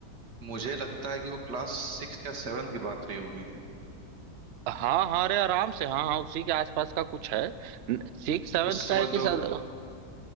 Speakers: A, on the right (about 80°); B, on the right (about 65°).
A: मुझे लगता है कि वो क्लास सिक्स या सेवन्थ की बात रही होगी
B: हाँ हाँ अरे आराम से हाँ हाँ उसी के आसपास का कुछ है सिक्स सेवन्थ
A: उस
B: का
A: समय
B: है कि
A: तो
B: सर